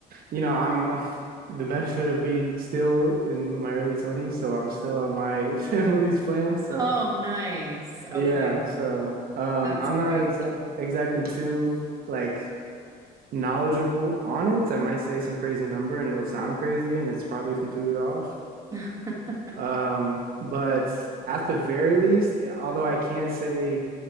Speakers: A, on the right; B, on the right.
A: you know I'm, i <laughs> the benefit of being still in my early 20s, so I'm still on my <laughs> family's plan. So
B: Oh, nice. Okay,
A: yeah, so um,
B: that's
A: I'm
B: great.
A: not exa exactly too like knowledgeable on it. I might say some crazy number and it'll sound crazy and it's probably completely off.
B: <laughs>
A: Um, but at the very least, eh, although I can't say